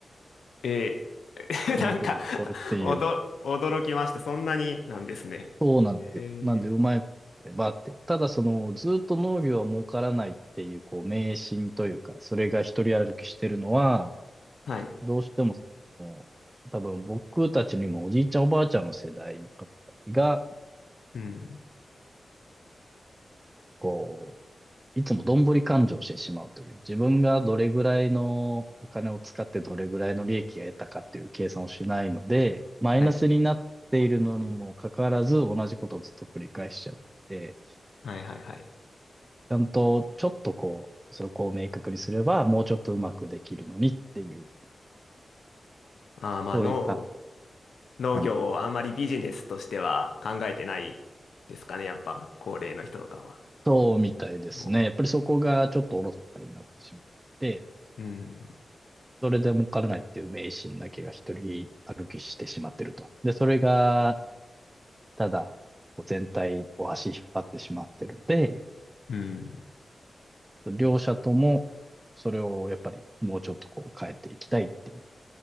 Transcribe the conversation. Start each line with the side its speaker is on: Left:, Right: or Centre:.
Left: えー、
Right: 手元に残るっていう。
Left: <laughs> なんかおど、驚きました。そんなになんですね。
Right: そうなんですよ。
Left: えー、
Right: なんでうまいことやればっていう。ただその、ずっと農業は儲からないっていう、こう、迷信というか、それが一人歩きしてるのは、
Left: はい、
Right: どうしてもその、多分僕たちにもおじいちゃんおばあちゃんの世代の方たちが、
Left: うん、
Right: こいつもどんぶり勘定をしてしまうという、自分がどれぐらいのお金を使ってどれぐらいの利益が得たかっていう計算をしないので、マイナスになっているのにもかかわらず同じことをずっと繰り返しちゃってて、
Left: はい、はい、はい、はい。
Right: ちゃんとちょっとこう、それをこう明確にすればもうちょっとうまくできるのにっていう、
Left: まあーまあ農、
Right: そういった、
Left: 農業をあんまりビジネスとしては考えてないですかね、
Right: はい。
Left: やっぱ高齢の人とかは。
Right: そうみたいですね。
Left: も
Right: やっぱりそこがちょっとおろそかになってしまってて、
Left: う、うん、
Right: それで儲からないっていう迷信だけが一人歩きしてしまってると。で、それがただ、こう全体を足引っ張ってしまってるので、
Left: うん、うん、
Right: 両者ともそれをやっぱりもうちょっとこう変えていきたいっていう。